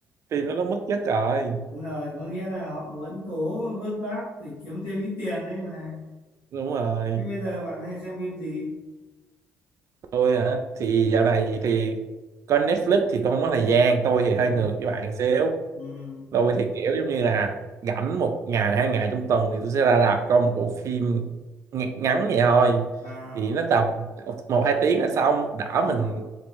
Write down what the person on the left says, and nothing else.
đúng rồi. Có nghĩa là họ vẫn cố vớt vát để kiếm thêm ít tiền đấy mà.
Thế bây giờ bạn hay xem phim gì?
Ừ,
ừ,
à,
à.